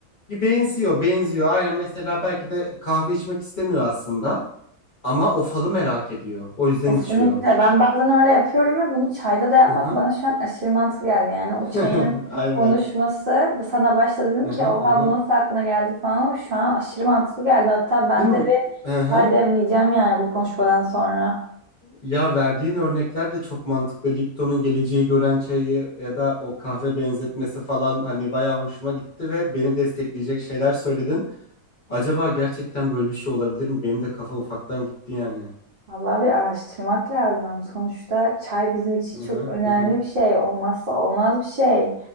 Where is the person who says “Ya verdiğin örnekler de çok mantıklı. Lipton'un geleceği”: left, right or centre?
Left